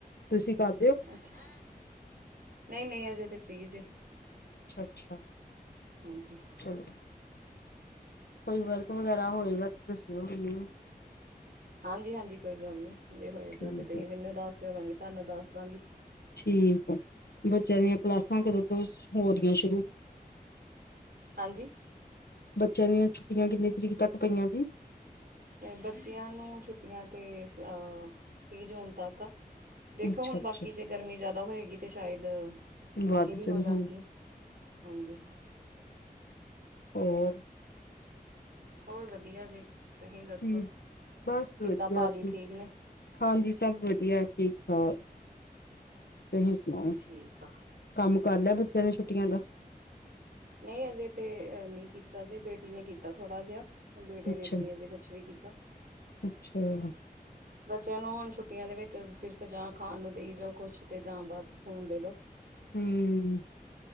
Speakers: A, on the left; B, on the right.
A: ਤੁਸੀਂ ਕ
B: ਅੱਛਾ ਨਈ ਨਈ ਅਜੇ ਤੇ ਫਰੀ ਜੇ।
A: ਅੱਛਾ ਅੱਛਾ।
B: ਹਾਂਜੀ
A: ਚਲੋ ਕੋਈ ਵਰਕ ਵਗੈਰਾ ਹੋਏਗਾ ਤੇ ਦੱਸਿਓ ਮੈਨੂੰ।
B: ਹਾਂਜੀ, ਹਾਂਜੀ ਕੋਈ ਗੱਲ ਨਈ ਜੇ ਹੋਏਗਾ
A: ਠੀਕ
B: ਤੇ ਤੁਹੀ
A: ਹੈ।
B: ਮੈਨੂੰ ਦੱਸ ਦਿਓ ਮੈਂ ਵੀ ਤਾਨੂੰ ਦੱਸ ਦਾਂਗੀ।
A: ਠੀਕ ਐ ਬੱਚਿਆਂ ਦੀਆਂ ਕਲਾਸਾਂ ਕਦੋਂ ਤੋਂ ਹੋ ਰੀਆਂ ਸ਼ੁਰੂ?
B: ਹਾਂਜੀ
A: ਬੱਚਿਆਂ ਦੀਆਂ ਛੁੱਟੀਆਂ ਕਿੰਨੀ ਤਰੀਕ ਤੱਕ ਪਈਆਂ ਜੀ।
B: ਬੱਚਿਆਂ ਨੂੰ ਛੁੱਟੀਆਂ ਤੇ ਅ ਤੀਹ ਜੂਨ ਤੱਕ ਆ। ਦੇਖੋ
A: ਅੱਛਾ-ਅੱਛਾ।
B: ਹੁਣ ਬਾਕੀ ਜੇ ਗਰਮੀ ਜ਼ਿਆਦਾ ਹੋਏਗੀ ਤੇ ਸ਼ਾਇਦ
A: ਵੱਧ
B: ਅੱਗੇ ਵੀ
A: ਜਾਣ
B: ਹੋ ਜਾਣਗੀਆਂ।
A: ਹੁਣ।
B: ਹਾਂਜੀ।
A: ਔਰ।
B: ਹੋਰ ਵਧੀਆ ਜੇ ਤੁਹੀ ਦੱਸੋ
A: ਜੀ ਬਸ
B: ਕਿੱਦਾਂ
A: ਵਧੀਆ
B: ਭਾਜੀ
A: ਜੀ
B: ਠੀਕ ਨੇ‌?
A: ਹਾਂਜੀ ਸਭ ਵਧੀਆ ਠੀਕ ਠਾਕ ਤੁਹੀ ਸੁਣਾਓ।
B: ਠੀਕ ਆ
A: ਕੰਮ ਕਰ ਲੇਆ ਬੱਚਿਆਂ ਨੇ ਛੁੱਟੀਆਂ ਦਾ?
B: ਨਈ ਅਜੇ ਤੇ ਨੀ ਕੀਤਾ ਜੇ ਬੇਟੀ ਨੇ ਕੀਤਾ ਥੋੜ੍ਹਾ ਜਿਹਾ। ਬੇਟੇ
A: ਅੱਛਾ
B: ਨੇ ਤਾਂ ਨਹੀਂ ਅਜੇ ਕੁਛ ਵੀ ਕੀਤਾ।
A: ਅੱਛਾ।
B: ਬੱਚਿਆਂ ਨੂੰ ਹੁਣ ਛੁੱਟੀਆਂ ਦੇ ਵਿੱਚ ਸਿਰਫ ਜਾਂ ਖਾਣ ਨੂੰ ਦੇਈ ਜਾਓ ਕੁਛ ਤੇ ਜਾਂ ਬਸ ਫੋਨ ਦੇਦੋ। <inaudible>
A: ਹੂੰ